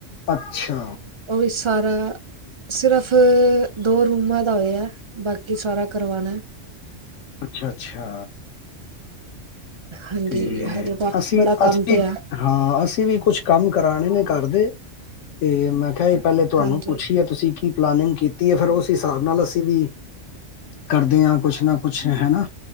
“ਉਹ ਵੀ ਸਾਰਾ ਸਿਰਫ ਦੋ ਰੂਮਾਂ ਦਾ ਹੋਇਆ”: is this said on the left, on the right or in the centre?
Right